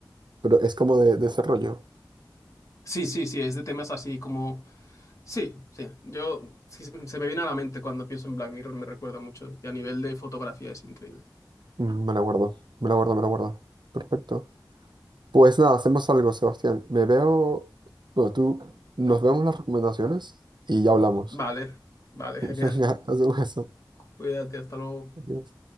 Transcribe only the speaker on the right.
pero es como de, de ese rollo.
Mm, Me la guardo, me la guardo, me la guardo. Perfecto. Pues nada, hacemos algo, Sebastián. Me veo, bueno, tú, nos vemos las recomendaciones y ya hablamos.
<laughs>
Venga, hacemos eso.
Adiós.